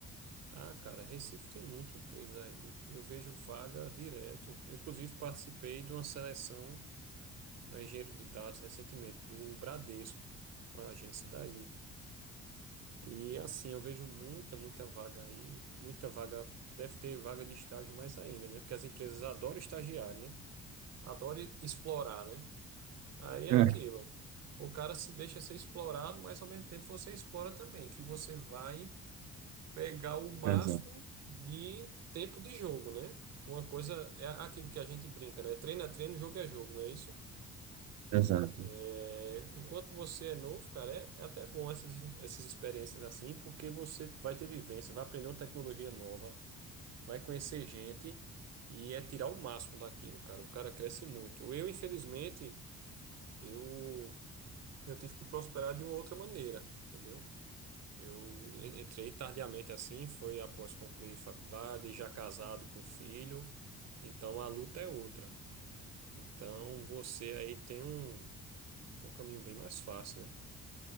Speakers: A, on the right; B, on the right.
A: Ah, cara, Recife tem muita empresa aí. Eu vejo vaga direto. Eu, Inclusive, participei de uma seleção para engenheiro de dados recentemente, do Bradesco, para uma agência daí. E assim, eu vejo muita, muita vaga aí. Muita vaga, deve ter vaga de estágio mais ainda, né? Porque as empresas adoram estagiar, né? Adoram explorar, né? Aí é
B: É,
A: aquilo. O cara se deixa ser explorado, mas ao mesmo tempo você explora também, que você vai. pegar o máximo
B: exato,
A: de tempo de jogo, né? Uma coisa é aquilo que a gente brinca, né? Treino é treino, jogo é jogo, não é isso?
B: exato.
A: É, enquanto você é novo, cara, é, é até bom essas, essas experiências assim, porque você vai ter vivência, vai aprender uma tecnologia nova, vai conhecer gente e é tirar o máximo daquilo, cara. O cara cresce muito. Eu, infelizmente, eu, eu tive que prosperar de uma outra maneira, entendeu? Eu en- entrei tardiamente assim, foi após concluir faculdade, já casado com filho, então a luta é outra. Então você aí tem um, tem um caminho bem mais fácil, né?